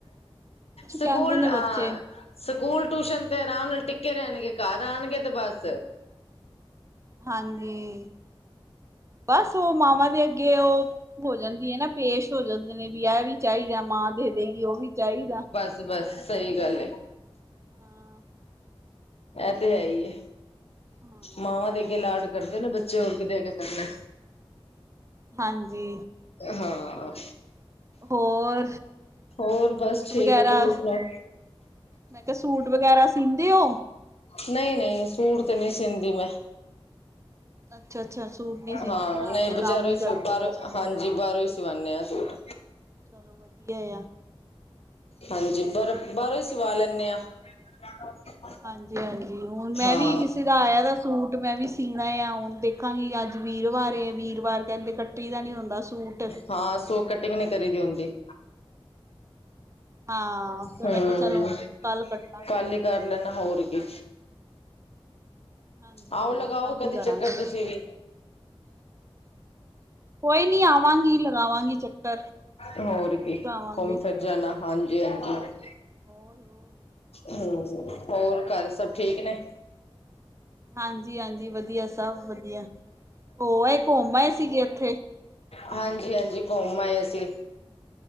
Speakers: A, on the left; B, on the right.
A: ਸਕਕੂਲ
B: ਕਹਿੰਦੇ ਨੇ ਬੱਚੇ
A: ਆ ਸਕੂਲ ਟਿਊਸ਼ਨ ਤੇ ਆਰਾਮ ਨਾਲ ਟਿਕਕੇ ਰਹਿਣਗੇ ਘਰ ਆਉਣਗੇ ਤੇ ਬਸ
B: ਹਾਂਜੀ, ਬਸ ਉਹ ਮਾਵਾਂ ਦੇ ਅੱਗੇ ਉਹ ਹੋ ਜਾਂਦੀ ਹੈ ਨਾ ਪੇਸ਼ ਹੋ ਜਾਂਦੇ ਨੇ ਵੀ ਇਹ ਵੀ ਚਾਹੀਦਾ ਮਾਂ ਦੇ ਦੇਗੀ ਉਹ ਵੀ ਚਾਹੀਦਾ।
A: ਬੱਸ ਸਹੀ ਗੱਲ ਏ।
B: ਹਾਂ
A: ਇਹ ਤੇ ਹੈ ਹੀ
B: ਹਾਂ
A: ਮਾਵਾਂ ਦੇ
B: ਉਹੀ
A: ਅੱਗੇ ਲਾਡ ਕਰਦੇ ਨਾ ਬੱਚੇ ਹੋਰ ਕਿਦੇ ਅੱਗੇ ਕਰਨਾ।
B: ਹਾਂਜੀ।
A: ਹਾਂ।
B: ਹੋਰ
A: ਹੋਰ
B: ਸੂਟ
A: ਬੱਸ ਠੀਕ
B: ਵਗੈਰਾ
A: ਏ। ਤੁਸੀਂ ਸੁਣਾਉ?
B: ਮੈਂ ਕਿਹਾ ਸੂਟ ਵਗੈਰਾ ਸੀਦੇ ਹੋ?
A: ਨਹੀਂ-ਨਹੀਂ ਸੂਟ ਤਾਂ ਨਹੀਂ ਸੀਦੀ ਮੈਂ।
B: ਅੱਛਾ-ਅੱਛਾ ਸੂਟ ਨੀ ਸੀਂਦੇ
A: ਹਾਂ,
B: ਘਰ
A: ਨਹੀਂ
B: ਦੇ
A: ਬਜਾਰੋਂ
B: ਕੰਮ ਹੀ ਕਰਦੇ
A: ਸ ਬਾਹਰੋਂ
B: ਬਸ
A: ਹਾਂਜੀ ਬਾਹਰੋਂ ਹੀ ਸਵਾਨੇ ਹਾਂ ਸੂਟ।
B: ਚਲੋ ਵਧੀਆ ਆ।
A: ਹਾਂਜੀ, ਬਰ ਬਾਹਰੋਂ ਹੀ ਸਵਾ ਲੈਣੇ ਆ। <inaudible>
B: ਹਾਂਜੀ-ਹਾਂਜੀ। ਹੁਣ ਮੈਂ
A: ਹਾਂ
B: ਵੀ ਕਿਸੇ ਦਾ ਆਇਆ ਦਾ ਸੂਟ ਮੈਂ ਵੀ ਸੀਣਾ ਆ ਹੁਣ ਦੇਖਾਂਗੀ ਅੱਜ ਵੀਰਵਾਰ ਏ, ਵੀਰਵਾਰ ਕਹਿੰਦੇ ਕੱਟੀ ਦਾ ਨੀ ਹੁੰਦਾ ਸੂਟ।
A: ਹਾਂ ਸੋ ਕਟਿੰਗ ਨੀ ਕਰੀਦੀ ਹੁੰਦੀ।
B: ਹਾਂ, ਫਿਰ
A: ਹਮ
B: ਮੈਂ ਕਿਹਾ ਚਲੋ ਕੱਲ ਕੱਟਾ।
A: ਕੱਲ ਹੀ ਕਰ ਲੈਨਾ ਹੋਰ ਕੀ।
B: ਹਾਂਜੀ-ਹਾਂਜੀ
A: ਆਓ, ਲਗਾਓ
B: ਕੱਲ
A: ਕਦੀ
B: ਹੀ ਕਰਾਂਗੇ
A: ਚੱਕਰ ਤੁਸੀਂ ਵੀ।
B: ਕੋਈ ਨੀ ਆਵਾਂਗੀ, ਲਗਾਵਾਂਗੀ ਚੱਕਰ।
A: ਹੋਰ
B: ਜ਼ਰੂਰ
A: ਕੀ
B: ਆਵਾਂਗੇ
A: ਘੁੰਮ ਫਿਰ ਜਾਣਾ ਹਾਂਜੀ-ਹਾਂਜੀ।
B: <inaudible>
A: ਹਮ,
B: ਵਧੀਆ
A: ਹੋਰ
B: ਆ।
A: ਘਰ ਸਭ ਠੀਕ ਨੇ।
B: ਹਾਂਜੀ-ਹਾਂਜੀ ਵਧੀਆ ਸਭ ਵਧੀਆ। ਹੋਅ ਏ ਘੁੰਮ ਆਏ ਸੀਗੇ ਇੱਥੇ?
A: ਹਾਂਜੀ-ਹਾਂਜੀ ਘੁੰਮ ਆਏ ਅਸੀ।